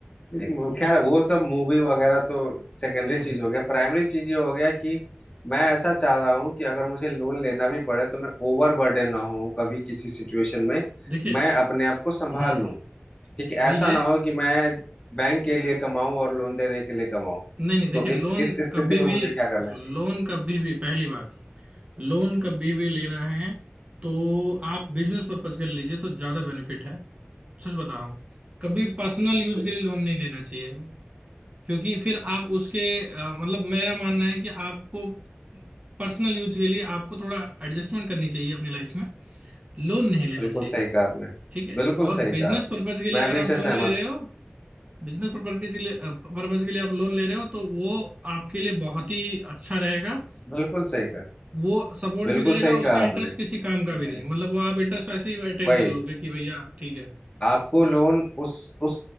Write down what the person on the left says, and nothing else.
नहीं वो-
खैर वो तो मूवी वगैरह तो सेकेंडरी
चीज हो गया प्राइमरी चीज ये हो गया कि मैं ऐसा चाह रहा हूँ कि अगर मुझे लोन लेना भी पड़े तो मैं ओवर बर्डन ना हूँ कभी किसी सिचुएशन में
मैं अपने आप को संभाल
लूँ ठीक है
ऐसा
ना हो कि मैं बैंक के लिए कमाऊं और लोन देने के लिए कमाऊं
तो इस
इस स्थिति
में
मुझे क्या करना
चाहिए
बिल,
बिल्कुल
सही कहा आपने
बिल्कुल
सही कहा
आपने
मैं
अभी
से
सहमत
बिल्कुल सही कहा
बिल्कुल
सही कहा
आपने
जी
वही
आपको लोन उस उस